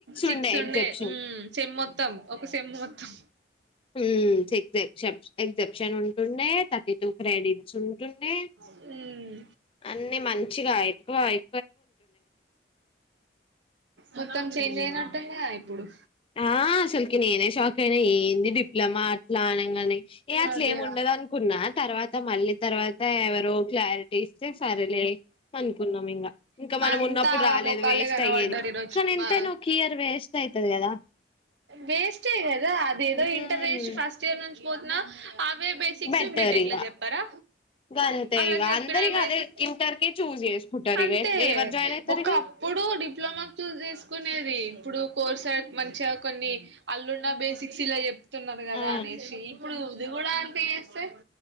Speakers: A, on the right; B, on the left.
A: సిక్స్
B: ఉండే
A: ఉన్సయ్
B: ఎగ్జెప్షన్
A: ఊమ్ సెమ్ మొత్తం ఒక సెమ్ మొత్తం
B: ఉమ్ సిక్స్ ఎక్జాప్ష ఎక్జప్షన్ ఉంటుండే థర్టీ టూ క్రెడిట్స్ ఉంటుండే
A: ఉమ్
B: అన్నీ మంచిగా ఎక్కువ అయ్
A: మొత్తం చేంజ్
B: హ్మ్.
A: అయినట్టుందిగా ఇప్పుడు
B: ఆ అసల్కి నేనే షాక్ అయినా ఏంది డిప్లొమా అట్లనంగనే ఏ అట్లేమ్
A: అదే
B: ఉండదు అనుకున్నా తర్వాత మళ్లీ తర్వాత ఎవరో క్లారిటీ ఇస్తే సరేలే అనుకున్నా ఇంగ ఇంక మనం
A: అంతా
B: ఉన్నప్పుడు రాలేదు
A: మొఖాలే
B: వేస్ట్
A: కనబడ్డారు
B: అయ్యేది
A: ఈరోజు
B: కానీ ఎంతైనా
A: మా
B: ఒక ఇయర్ వేస్ట్ అయితది గదా
A: వేస్టే గదా అదేదో
B: హ్మ్.
A: ఇంటర్ ఏషి ఫస్ట్ ఇయర్ నుంచి పోతున్న అవే బేసిక్స్
B: బెటర్
A: బిటెక్
B: ఇగ.
A: ల చెప్పరా
B: ఇగ అంతే
A: అలా
B: ఇగ
A: చెప్పిన
B: అందరు ఇగ
A: వైంది
B: అదే ఇంటర్ కే చూజ్ చేసుకుంటారు
A: అంతే
B: ఇగ ఎవరు జాయిన్ అయితారు
A: ఒక్కప్పుడు
B: ఇగ
A: డిప్లొమా చూజ్ చేసుకునేది ఇప్పుడు కోర్స్ అయ్ మంచిగా కొన్ని అళ్ళున్న బేసిక్స్ ఇలా చెప్ తున్నరు గదా
B: ఆ
A: అనేసి ఇప్పుడు ఇది కూడా అంతే చేస్తే